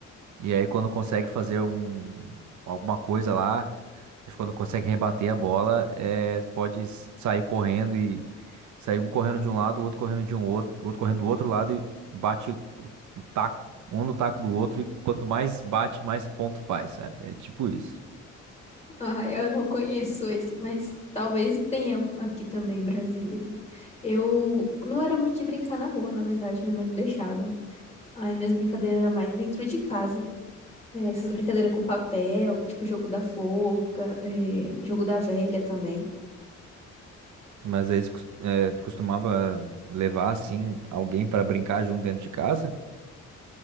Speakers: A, on the right; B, on the left.
A: E aí quando consegue fazer um, alguma coisa lá, mas quando consegue rebater a bola, é, pode s- sair correndo e sair um correndo de um lado, o outro correndo de um outro, o outro correndo do outro lado e bate o, o taco, um no taco do outro, e quanto mais bate, mais ponto faz, sabe? É tipo isso.
B: Ah, eu não conheço esse, mas talvez tenha aqui também em Brasília. Eu não era muito de brincar na rua, na verdade, minha mãe não deixava. Aí minhas brincadeiras eram mais dentro de casa. É, essas brincadeiras com papel, tipo jogo da forca, é, jogo da velha também.
A: Mas aí você cos- é, costumava levar assim alguém para brincar junto dentro de casa?